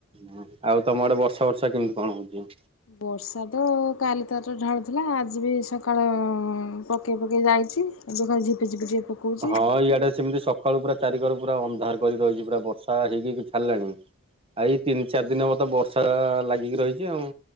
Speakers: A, on the right; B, on the left.
A: ହଁ ଆଉ ତମ ଆଡେ ବର୍ଷା ଫର୍ଷା କେମିତି କଣ ହୋଉଚି?
B: ବର୍ଷା ତ କାଲି ତାର ଢାଳିଥିଲା ଆଜି ବି ସକାଳ ପକେଇ ପକେଇ ଯାଇ ହେଇଚି ଏବେ କଣ ଝିପି ଝିପି ଟିକେ ପକଉଛି।
A: ହଁ ଇଆଡେ ସେମିତି ସ ସକାଳୁୁ ପୁରା ଚାରିକର ପୁର ଅନ୍ଧାର କରି ରହିଚି ପୁରା ବର୍ଷା ହେଇକିି ହେଇକି ଛାଡିଲାଣି। ଆ ଏଇ ତିନ ଚାରି ଦିନ ହେବତ ବର୍ଷା ଲାଗିକି ରହିଚି ଆଉ।